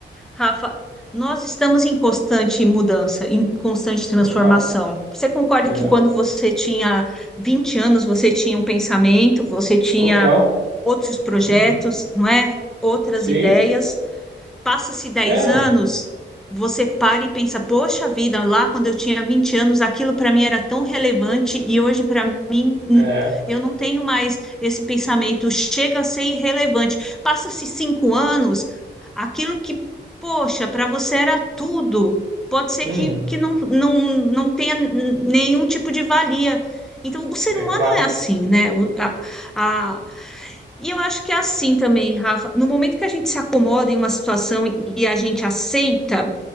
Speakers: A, in the centre; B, on the right.
A: Rafa, nós estamos em constante mudança, em constante transformação.
B: total,
A: Você concorda
B: é,
A: que quando você tinha 20 anos, você tinha um pensamento, você tinha
B: total,
A: outros projetos,
B: uhum.
A: não é? Outras
B: sim,
A: ideias, Passa-se dez
B: é,
A: anos, você para e pensa, poxa vida, lá quando eu tinha 20 anos, aquilo para mim era tão relevante e hoje para mim hum,
B: é,
A: eu não tenho mais esse pensamento, chega a ser irrelevante. Passa-se 5 anos, aquilo que, poxa, para você era tudo, pode ser
B: uhum.
A: que, que não, não, não tenha hum, nenhum tipo de valia. Então, o ser
B: é
A: humano
B: claro,
A: é assim, né? O- A, a, e eu acho que é assim também, Rafa. No momento que a gente se acomoda em uma situação e a gente aceita,